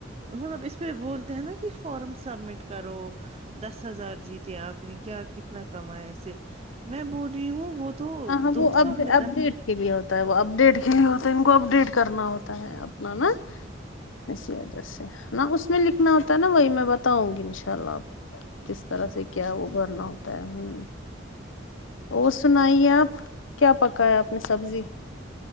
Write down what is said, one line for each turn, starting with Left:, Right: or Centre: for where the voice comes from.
Right: مطلب اس پہ بولتے ہیں نا کہ فارم سبمٹ کرو دس ہزار جیتے آپ نے کیا کتنا کمایا اسے میں بول رہی ہوں وہ تو
Left: ہاں ہاں
Right: دو
Left: وہ اپ
Right: سال میں
Left: اپڈیٹ
Right: دس
Left: کے لیے ہوتا ہے وہ اپڈیٹ کے لیے ہوتا ہے ان کو اپڈیٹ کرنا ہوتا ہے اپنا نا اسی وجہ سے نہ اس میں لکھنا ہوتا ہے نا وہی میں بتاؤں گی ان شاء اللہ آپ کس طرح سے کیا وہ بھرنا ہوتا ہے ہ اور سنائیے نہیں آپ کیا پکایا آپ نے سبزی